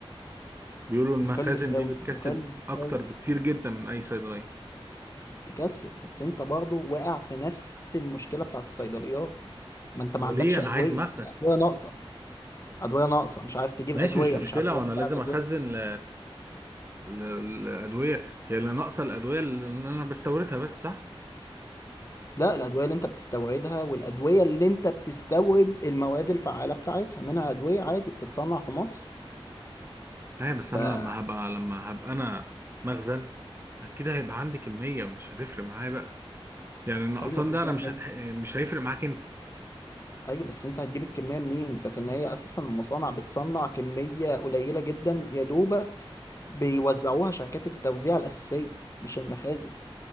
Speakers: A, on the right; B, on the left.
A: بيقولوا المخازن
B: مكلف قوي
A: دي بتكسب
B: مكلف
A: أكتر
B: قوي
A: بكتير جدا من أي صيدلية
B: تكسب بس انت برضه واقع في نفس المشكله بتاعت الصيدليات ما انت ما
A: هو
B: عندكش
A: ليه انا
B: ادويه
A: عايز مخزن
B: الادويه ناقصه ادويه ناقصه مش عارف تجيب
A: ماشي
B: ادويه
A: مش مشكله
B: مش عارف توزع
A: وانا لازم
B: الادويه
A: اخزن ل... ل... الادويه هي اللي ناقصه الادويه اللي انا بستوردها بس صح
B: لا الادويه اللي انت بتستوردها والادويه اللي انت بتستورد المواد الفعاله بتاعتها منها ادويه عادي بتتصنع في مصر
A: ايوه بس
B: فايوه
A: انا لما هبقى لما هبقى انا مخزن اكيد هيبقى عندي كميه مش هتفرق معايا بقى يعني النقصان
B: كميه
A: ده انا مش
B: انت
A: هتح... مش هيفرق معاك انت
B: ايوه بس انت هتجيب الكميه منين اذا كان هي اساسا المصانع بتصنع كميه قليله جدا يا دوبك بيوزعوها شركات التوزيع الاساسيه مش المخازن